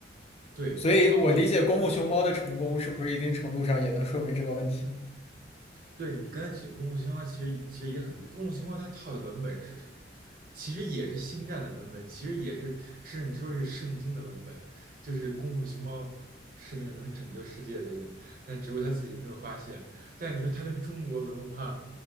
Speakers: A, on the right; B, on the left.
A: 对，
B: 所以我理解功夫熊猫的成功是不是一定程度上也能说明这个问题？
A: 包括对你刚才举的功夫熊猫，其实其实也很对。功夫熊猫它套的文本是什么？其实也是星战的文本，其实也是甚至你说是圣经的文本，就是功夫熊猫是那个能拯救世界的人，但只不过他自己没有发现。但是你说他跟中国文化，